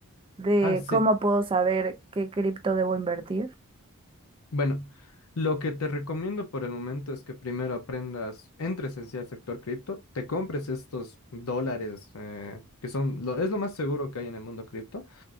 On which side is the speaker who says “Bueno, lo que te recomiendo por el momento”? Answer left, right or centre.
Left